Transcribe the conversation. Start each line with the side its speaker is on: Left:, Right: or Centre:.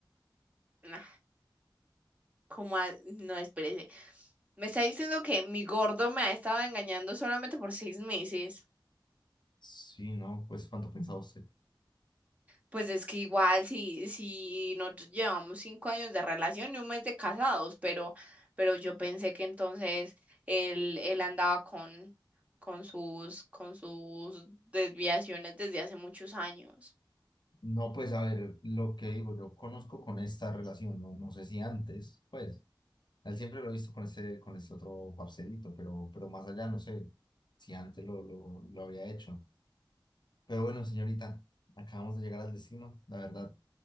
Right: Nah, ¿cómo a- No, espérese. Me está diciendo que mi gordo me ha estado engañando solamente por seis meses.
Left: Sí, no, pues ¿cuánto pensaba usted?
Right: Pues es que igual si, si nosotros llevamos cinco años de relación y un mes de casados, pero, pero yo pensé que entonces él, él andaba con, con sus, con sus desviaciones desde hace muchos años.
Left: No, pues a ver, lo que digo, yo conozco con esta relación, no, no sé si antes, pues, a él siempre lo he visto con ese, con ese otro parcelito, pero, pero más allá no sé si antes lo, lo, lo había hecho. Pero bueno, señorita, acabamos de llegar al destino, la verdad.